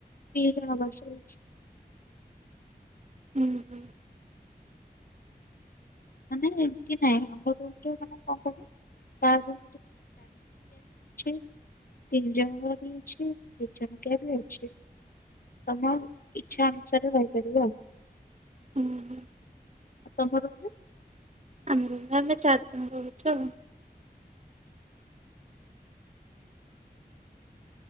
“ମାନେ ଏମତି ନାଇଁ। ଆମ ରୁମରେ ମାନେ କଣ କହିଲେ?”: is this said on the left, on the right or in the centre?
Left